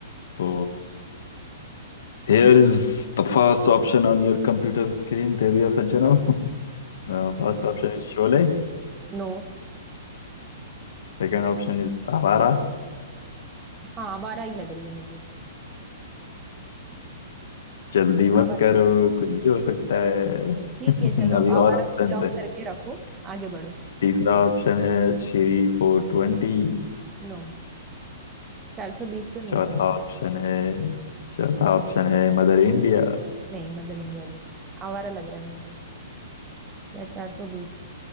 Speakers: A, on the left; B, on the right.
A: तो Here is the first option on your computer screen, Devi सज्जनों
B: ये
A: <laughs> The first option is Sholay
B: नो
A: Second option is Awara
B: हाँ आवारा ही लग रही है मुझे
A: जल्दी मत
B: आवारा
A: करो
B: ही।
A: कुछ भी हो सकता है
B: ठीक
A: <laughs>
B: है चलो
A: अभी
B: आवारा
A: और ऑप्शन
B: को लॉक
A: है
B: करके रखो आगे बढ़ो
A: तीसरा ऑप्शन है श्री फोर ट्वेंटी
B: नो चार सौ बीस तो नहीं
A: चौथा
B: था
A: ऑप्शन है चौथा ऑप्शन है मदर इंडिया
B: नहीं मदर इंडिया में आवारा लग रहा है मुझे या चार सौ बीस